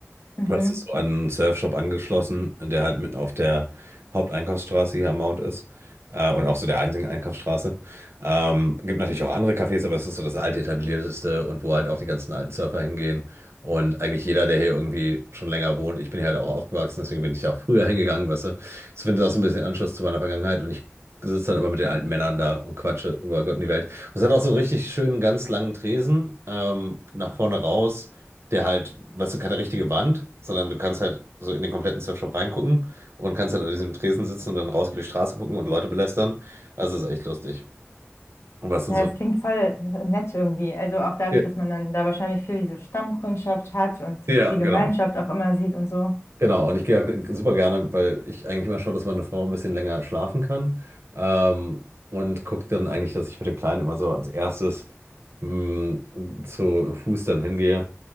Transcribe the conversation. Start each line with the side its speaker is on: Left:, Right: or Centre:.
Left: Mhm.
Right: Das ist so an einen Surfshop angeschlossen, der halt mitten auf der Haupteinkaufsstraße hier am Mount ist. Äh, und auch so der einzigen Einkaufsstraße. Ähm, gibt natürlich auch andere Cafés, aber es ist so das alte etablierteste und wo halt auch die ganzen alten Surfer hingehen. Und eigentlich jeder, der hier irgendwie schon länger wohnt, ich bin hier halt auch aufgewachsen, deswegen bin ich da auch früher hingegangen, weißt du. Ich finde das findet auch so ein bisschen Anschluss zu meiner Vergangenheit und ich sitze dann immer mit den alten Männern da und quatsche über Gott und die Welt. Und es hat auch so einen richtig schönen, ganz langen Tresen, ähm, nach vorne raus der halt, weißt du, keine richtige Wand, sondern du kannst halt so in den kompletten Surfshop reingucken und kannst halt an diesem Tresen sitzen und dann raus auf die Straße gucken und Leute belästern. Also das ist echt lustig. Und was sind
Left: Ja,
Right: so.
Left: es klingt voll äh, nett irgendwie. Also auch dadurch,
Right: Ja,
Left: dass man dann da wahrscheinlich viel diese Stammkundschaft hat und
Right: ja,
Left: die Gemeinschaft
Right: genau.
Left: auch immer sieht und so.
Right: Genau, und ich gehe auch super gerne, weil ich eigentlich immer schaue, dass meine Frau ein bisschen länger schlafen kann. Ähm, und gucke dann eigentlich, dass ich mit dem Kleinen immer so als erstes mh, zu Fuß dann hingehe.